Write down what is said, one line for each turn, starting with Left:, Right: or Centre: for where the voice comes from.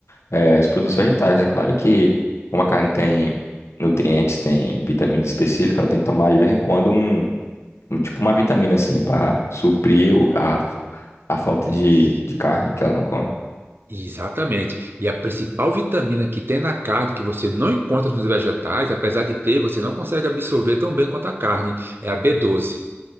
Left: é, os produtos vegetais. É claro que como a carne tem nutrientes, tem vitamina específica, ela tem que tomar de vez em quando um, um- tipo uma vitamina assim para suprir o- a, a falta
Right: isso.
Left: de, de carne que ela não come.
Right: Exatamente. E a principal vitamina que tem na carne, que você não encontra nos vegetais, apesar de ter, você não consegue absorver tão bem quanto a carne, é a B12.